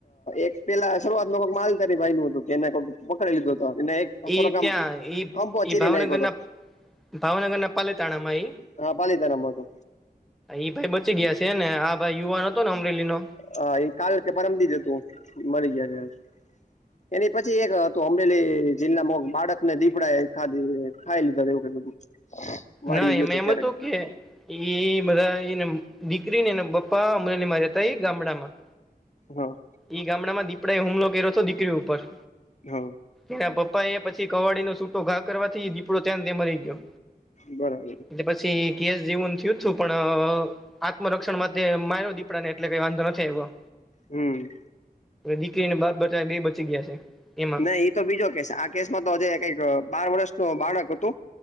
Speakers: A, on the left; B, in the centre.
A: એક પેલા શરૂઆત ન કોઈક માલધારી ભાઈ નું હતું કે, એને કોઈક પકડી લીધું હતો, એને એક
B: એ
A: થોડોક આમ
B: ત્યાં એ,
A: હંપો
B: એઈ
A: ચીરી
B: ભાવનગર
A: નાખ્યો હતો
B: ના. ભાવનગર ના પાલીતાણામાં એ.
A: હા પાલીતાણામાં હતો
B: એ ભાઈ બચી ગયા છે ને, આ ભાઈ યુવાન હતો ને, અમરેલી નો.
A: હ, એ કાલ કે, પરમ દજ હતું, મળરી ગયા છે એ. પછી એક હતું, અમરેલી જિલ્લામાં બાળકને દીપડા એ ખાધ ખાઈ લીધા, એવું ક હતું. વાડી
B: ના
A: ગયો
B: એમાં
A: હતો
B: એમ
A: ત્યારે
B: હતું કે. એ બધા એ દીકરી ને, એના પપા અમલા ની મારી હતા, એ ગામડામાં.
A: હા.
B: ઈ ગામડામાં દીપડાએ હુમલો કર્યો હતો દીકરી ઉપર
A: હા
B: એના પપ્પા એ પછી કવાાડીનું સૂટ તો ઘા કરવા થી દીપડો ત્યાં ત્યા મ રહી ગયો
A: બરાબર
B: એટલે પછી ગેસ જવું થયું જ છું પણ આત્મરક્ષણમાં માર્યો દીપડા ને એટલે કઈ વાંધો નથી આવ્યો
A: હમ
B: દીકરીને બાપ બચા બે બચી ગયા છે. એમાં
A: નહી ઈતો બીજો કેસ આ કેસમાં તો જે કઈક બાર વર્ષ ન બાળક હતું